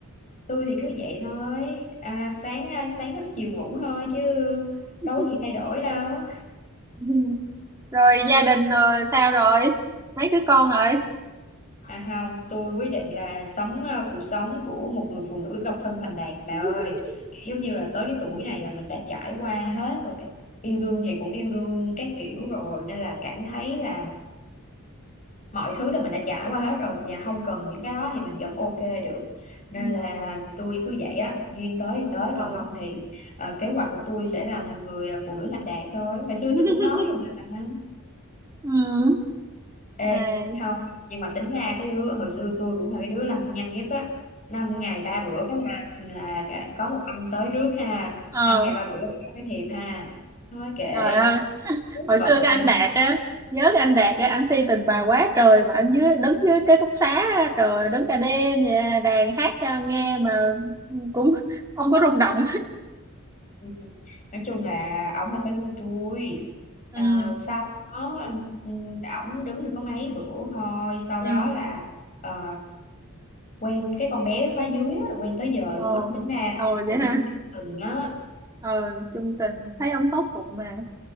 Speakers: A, on the left; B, on the right.
A: tôi thì cứ vậy thôi à, sáng à, sáng thức chiều ngủ thôi chứ
B: <laughs>
A: đâu có gì thay đổi đâu
B: Ừ. rồi gia đình rồi sao rồi mấy đứa con rồi
A: À không, tôi quyết định là sống ờ, cuộc sống của một người phụ nữ độc thân thành đạt bà
B: <laughs>
A: ơi.
B: ừ
A: Giống như là tới cái tuổi này là mình đã trải qua hết rồi. Cái- Yêu đương thì cũng yêu đương các kiểu rồi nên là cảm thấy là mọi thứ là mình đã trải qua hết rồi và không cần những cái đó thì mình vẫn ok được. Nên
B: ừ ừ
A: là tôi cứ vậy á, duyên tới thì tới
B: Ờ.
A: còn không thì ờ, kế hoạch của tôi sẽ là một người ờ, phụ nữ thành đạt thôi. Hồi xưa
B: <laughs>
A: tôi cũng nói rồi mà.
B: ừ
A: Ê,
B: này
A: không, nhưng mà tính ra cái đứa hồi xưa tôi cũng là cái đứa lăng nhăng nhất á. Năm ngày ba bữa cái là là cả- có một anh tới rước ha.
B: ờ
A: Năm ngày ba bữa cái thiệp ha. Nói kệ,
B: trời ơi
A: số
B: hồi
A: phận
B: xưa cái
A: mà.
B: anh Đạt
A: <laughs>
B: á nhớ cái anh Đạt á anh si tình bà quá trời mà anh dưới đứng dưới cái ký túc xá á, trời ơi, đứng cả đêm vậy, à, đàn hát cho nghe mà cũng không có rung động
A: Ừ. Nói chung là ổng không phải ngu tôi.
B: <laughs>
A: Ờ,
B: ừ
A: sau đó ừ, ổng đứng được có mấy bữa thôi, sau
B: ừ
A: đó là ờ, quen cái con bé khóa dưới á, là quen tới giờ
B: ồ
A: luôn á. Tính ra
B: ồ
A: ổng cũng
B: vậy ha
A: chung tình á.
B: ờ chung tình thấy ông tốt bụng mà